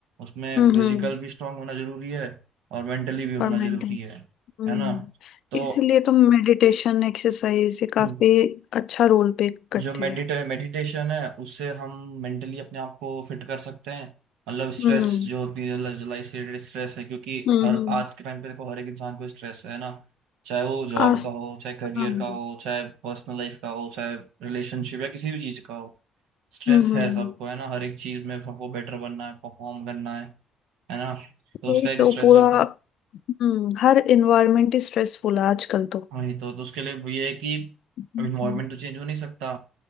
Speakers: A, on the right (about 80°); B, on the left (about 70°).
A: उसमें
B: हम्म
A: फिजिकल
B: हम्म
A: भी स्ट्रांग होना जरूरी है और मेंटली भी होना
B: और मेंटेन
A: जरूरी है
B: हम्म
A: है ना तो
B: इसलिए तो मेडिटेशन एक्सरसाइज ये काफी
A: हम्म,
B: अच्छा रोल प्ले करती
A: जो मेडिट
B: है
A: मेडिटेशन है उससे हम मेंटली अपने आप को फिट कर सकते हैं मतलब स्ट्रेस
B: हम्म
A: जो होती है लाइफ से रिलेटेड स्ट्रेस है क्योंकि
B: हम्म
A: हर आज के टाइम पे देखो हर एक इंसान को स्ट्रेस है ना चाहे वो जॉब
B: आस्था
A: का हो चाहे करियर
B: हम्म
A: का हो चाहे पर्सनल लाइफ का हो चाहे रिलेशनशिप या किसी भी चीज का हो स्ट्रेस
B: हम्म
A: है
B: हम्म।
A: सबको है ना हर एक चीज में सबको बेटर बनना है परफॉर्म करना है है ना तो
B: वही
A: उसका एक
B: तो
A: स्ट्रेस
B: पूरा
A: रहता है
B: हम्म हर इन्वायरमेंट ही स्ट्रेसफुल है आजकल तो
A: वही तो, तो उसके लिए ये है कि
B: हम्म
A: अब इन्वायरमेंट तो चेंज हो नहीं सकता